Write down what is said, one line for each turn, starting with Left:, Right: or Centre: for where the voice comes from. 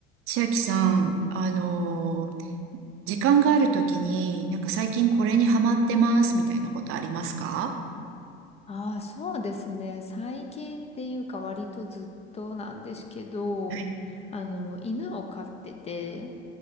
Right: 千秋さん、あのー時間があるときに、なんか最近これにハマってますみたいなことありますか
Left: ああ、そうですね。最近っていうか割とずっとなんですけど、
Right: はい。
Left: あの、犬を飼ってて、